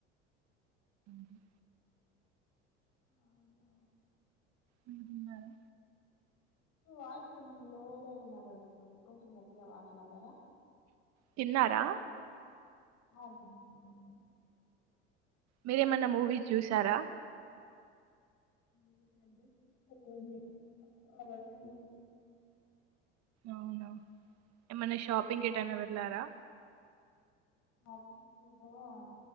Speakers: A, on the right; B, on the left.
A: <unintelligible>
B: అవునా!
A: మీరు తిన్నారా?
B: మి వాయిస్ కొంచెం లోలా వినపడుతుంది కొంచెం గట్టిగా మాట్లాడారా?
A: తిన్నారా?
B: ఆ తిన్నం, తిన్నం.
A: మీరేమన్నా మూవీస్ చూసారా?
B: ఈమద్య చూసా కొన్ని <unintelligible>
A: అవునా! ఏమన్న షాపింగ్ ఏటన్న వెళ్ళారా?
B: <unintelligible>